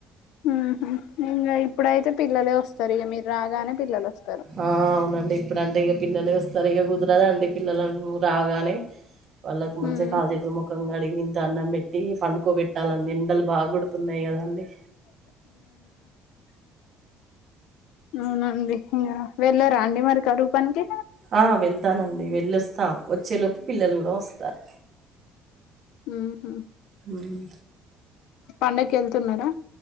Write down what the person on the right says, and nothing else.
ఆ అవునండి ఇప్పుడంటే ఇగ పిల్లలే వస్తారు ఇగ కుదరదండి పిల్లలు రాగానే వాళ్ళకు మంచిగా
కాళ్లు చేతుల ముఖంగా కడిగి ఇంత అన్నం పెట్టి పండుకోబెట్టాలండి ఎండలు బాగుడుతున్నాయి కదండీ
ఆ వెళ్తానండి వెళ్ళొస్తా వచ్చే లో పిల్లలు కూడా వస్తార్
హ్మ్.